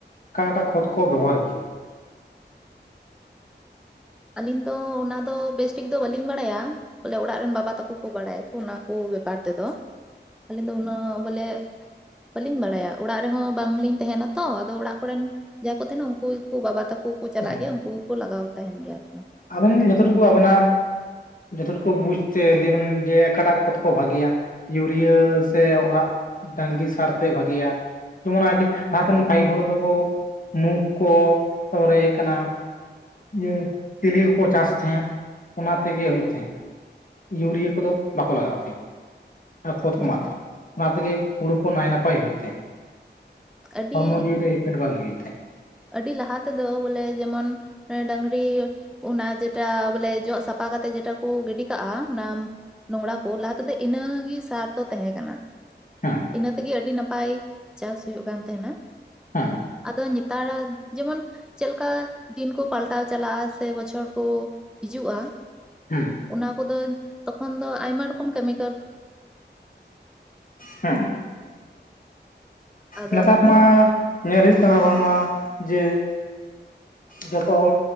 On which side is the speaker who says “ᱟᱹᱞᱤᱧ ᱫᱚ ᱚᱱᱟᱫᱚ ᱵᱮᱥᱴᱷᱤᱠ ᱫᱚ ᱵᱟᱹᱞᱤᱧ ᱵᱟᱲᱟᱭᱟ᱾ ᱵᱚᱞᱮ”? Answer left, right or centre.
Centre